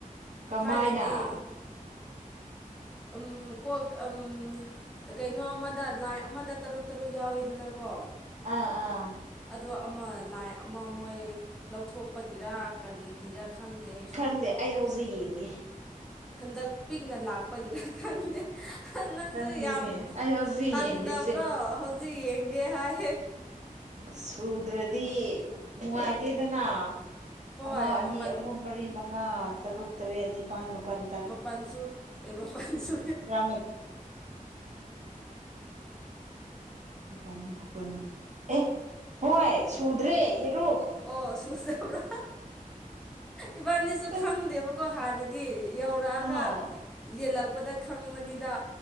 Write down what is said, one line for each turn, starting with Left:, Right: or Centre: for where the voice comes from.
Right: ꯀꯃꯥꯏꯅ
Centre: ꯊꯥꯏꯅꯗꯤ
Right: <unintelligible>
Centre: ꯎꯝ ꯀꯣ ꯎꯝ ꯀꯩꯅꯣ ꯑꯃꯗ ꯂꯥꯏ ꯑꯃꯗ ꯇꯔꯨꯛ ꯇꯔꯨꯛ ꯌꯥꯎꯋꯤꯗꯅꯀꯣ
Right: ꯑꯥ ꯑꯥ
Centre: ꯑꯗꯣ ꯑꯃ ꯂꯥꯏ ꯑꯃ ꯃꯣꯏ ꯂꯧꯊꯣꯛꯄꯒꯤꯔꯥ ꯀꯔꯤꯒꯤꯔꯥ ꯈꯪꯗꯦ ꯑꯩꯁꯨ
Right: ꯈꯪꯗꯦ ꯑꯩ ꯍꯧꯖꯤꯛ ꯌꯦꯡꯒꯦ
Centre: ꯍꯟꯗꯛ ꯄꯤꯛꯅ ꯂꯥꯛꯄꯒꯤꯔ ꯈꯪꯗꯦ ꯅꯪꯁꯨ
Right: ꯈꯪꯗꯦꯅꯦ
Centre: ꯌꯥꯝ
Right: ꯑꯩ ꯍꯧꯖꯤꯛ
Centre: ꯇꯟꯗꯕ꯭ꯔꯣ
Right: ꯌꯦꯡꯒꯦꯁꯦ
Centre: ꯍꯧꯖꯤꯛ ꯌꯦꯡꯒꯦ ꯍꯥꯏ
Right: ꯁꯨꯗ꯭ꯔꯗꯤ ꯅꯨꯡꯉꯥꯏꯇꯦꯗꯅ
Centre: ꯍꯣꯏ
Right: ꯑꯃ ꯑꯅꯤ
Centre: ꯃꯃꯜ
Right: ꯑꯍꯨꯝ ꯃꯔꯤ ꯃꯉꯥ ꯇꯔꯨꯛ ꯇꯔꯦꯠ ꯅꯤꯄꯥꯜ ꯃꯥꯄꯜ
Centre: ꯃꯄꯥꯟꯁꯨ ꯑꯩ ꯃꯄꯥꯟꯁꯨ
Right: ꯝ꯭ꯔ <inaudible> ꯑꯦ ꯍꯣꯏ ꯁꯨꯗ꯭ꯔꯦ ꯌꯦꯔꯨꯝ
Centre: ꯑꯣ ꯁꯨꯗꯕ꯭ꯔꯥ ꯏꯕꯥꯅꯤꯁꯨ
Right: ꯑꯦ
Centre: ꯈꯪꯗꯦꯕ ꯀꯣ ꯍꯥꯟꯅꯗꯤ ꯌꯧꯔꯛꯑꯒ
Right: ꯑꯣ
Centre: ꯌꯦꯜꯂꯛꯄꯗ ꯈꯪꯕꯅꯤꯗ